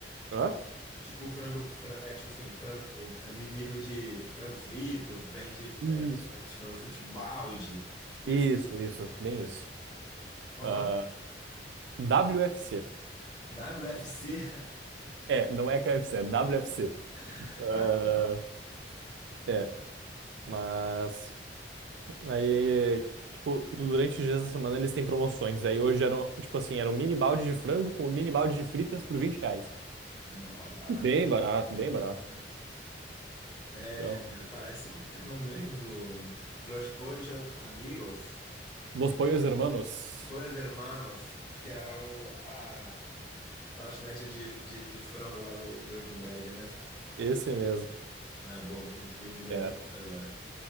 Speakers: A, on the right (about 80°); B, on the left (about 25°).
A: Hã?
B: Tipo frango, fran- é tipo assim, frango, é, ni- nível de frango frito, vende é,
A: Isso.
B: esses frangos fritos balde, tipo
A: Isso,
B: isso?
A: isso. Bem isso.
B: Qual
A: Ah,
B: o nome?
A: WFC.
B: WFC.
A: É, não é KFC, é WFC.
B: <laughs>
A: Ah,
B: Ah,
A: é, mas aí, tipo, durante os dias da semana eles têm promoções. Aí hoje eram, tipo assim, era um mini balde de frango com um mini balde de fritas por 20 reais.
B: Não, barato,
A: Bem barato, bem barato.
B: barato. É,
A: Então,
B: parece, como que é o nome mesmo do Los Pollos Amigos?
A: Los Pollos
B: Era
A: Hermanos,
B: Pollos Hermanos, que era o, a, a lanchonete de, de, de frango lá do Breaking Bad, né?
A: esse mesmo.
B: Ah, boa, me, me me lembrei
A: É.
B: disso agora.